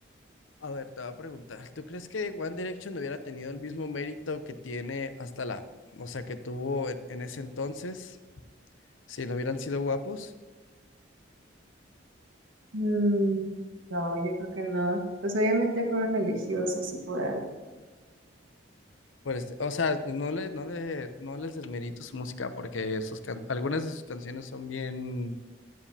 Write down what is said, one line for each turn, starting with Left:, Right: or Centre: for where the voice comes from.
Left: A ver, te voy a preguntar, ¿tú crees que One Direction hubiera tenido el mismo mérito que tiene hasta la, o sea, que tuvo en, en ese entonces, si no hubieran sido guapos?
Right: Mm, no, yo creo que no, pues obviamente fueron elegidos así por algo.
Left: Pues, o sea, no le, no le, no les desmerito su música porque sus can- algunas de sus canciones son bien,